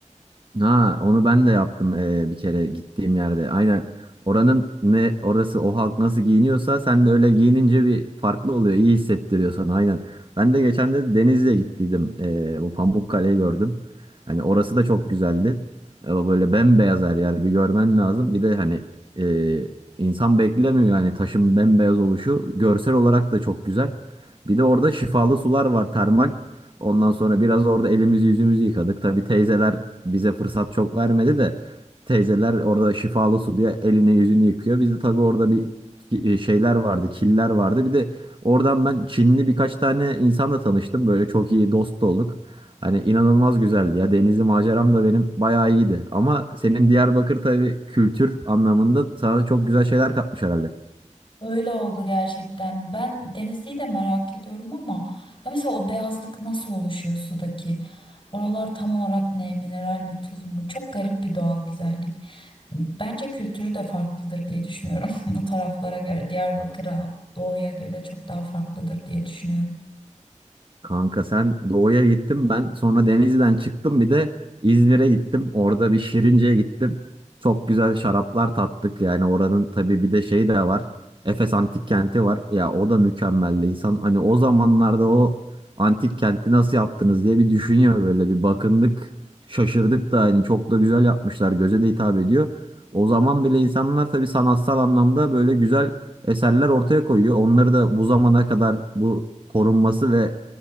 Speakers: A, on the right; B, on the left.
A: Ha, onu ben de yaptım eee, bir kere gittiğim yerde. Aynen. Oranın ne orası o halk nasıl giyiniyorsa sen de öyle giyinince bir farklı oluyor. iyi hissettiriyor sana aynen. Ben de geçen de Denizli'ye gittiydim. Eee, bu Pamukkale'yi gördüm. Hani orası da çok güzeldi. Ama böyle bembeyaz her yer bir görmen lazım. Bir de hani eee, insan beklemiyor yani taşın bembeyaz oluşu. Görsel olarak da çok güzel. Bir de orada şifalı sular var termal. Ondan sonra biraz orada elimizi yüzümüzü yıkadık. Tabii teyzeler bize fırsat çok vermedi de teyzeler orada şifalı su diye elini yüzünü yıkıyor. Bizde tabii orada bir ki- e, şeyler vardı, killer vardı. Bir de oradan ben Çinli birkaç tane insanla tanıştım. Böyle çok iyi dost olduk. Hani inanılmaz güzeldi ya. Denizli maceram da benim bayağı iyiydi. Ama senin Diyarbakır tabii kültür anlamında sana çok güzel şeyler katmış herhalde.
B: Öyle oldu gerçekten. Ben Denizli'yi de merak ediyorum ama ya mesela o beyazlık nasıl oluşuyor sudaki? Oralar tam olarak ne? Mineral mi, tuz mu? Çok garip bir doğal güzellik. Bence kültürü de farklıdır diye düşünüyorum. <laughs> Bu taraflara göre, Diyarbakır'a, Doğu'ya göre çok daha farklıdır diye düşünüyorum.
A: Kanka sen doğuya gittin ben sonra Denizli'den çıktım bir de İzmir'e gittim. Orada bir Şirince'ye gittim. Çok güzel şaraplar tattık yani oranın tabii bir de şey de var. Efes Antik Kenti var. Ya o da mükemmeldi. İnsan hani o zamanlarda o antik kenti nasıl yaptınız diye bir düşünüyor böyle bir bakındık. Şaşırdık da hani çok da güzel yapmışlar. Göze de hitap ediyor. O zaman bile insanlar tabii sanatsal anlamda böyle güzel eserler ortaya koyuyor. Onları da bu zamana kadar bu korunması ve